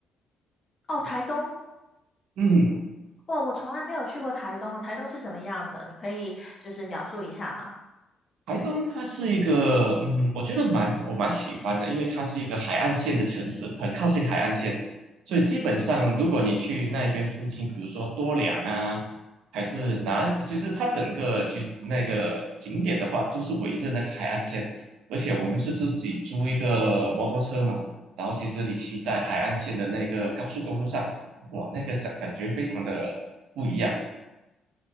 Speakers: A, on the left; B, on the right.
A: 哦，台东，
B: 嗯，
A: 哇，我从来没有去过台东，台东是怎么样的？你可以就是描述一下吗？
B: 台东它是一个，嗯，我觉得蛮我蛮喜欢的，因为它是一个海岸线的城市，很靠近海岸线，所以基本上如果你去那边附近，
A: 嗯。
B: 比如说多良啊，还是哪，就是它整个就那个景点的话，都是围着那个海岸线，而且我们是自己租一个摩托车嘛，然后其实你骑在海岸线的那个高速公路上，哇，那个感感觉非常的不一样，